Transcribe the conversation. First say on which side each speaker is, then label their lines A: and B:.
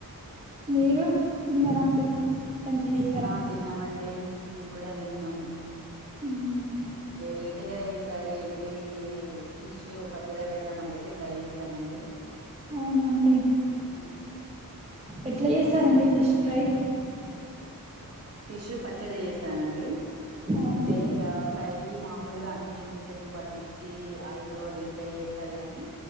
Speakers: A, on the right (about 15°); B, on the right (about 45°).
A: మీరు తిన్నారా అండి మంచిగా చేసారా
B: ఆ తిన్నామండి మేము కూడా తిన్నాం
A: మ్మ్
B: వెరైటీగా ఈసారి ఏంటీ ఫిష్ పచ్చడి పెడదాం అనేసి ట్రై చేసానండి
A: అవునాండి
B: ఉ
A: ఎట్లా చేసారండి ఫిష్ ఫ్రై
B: ఫిష్ పచ్చడి చేసానండి అంతే
A: అవునా
B: ఇగ ఫ్రై మాములుగా అన్ని పీసెస్ పట్టిచ్చి ఆయిల్ లో డీ ఫ్రై చేస్తారు గాని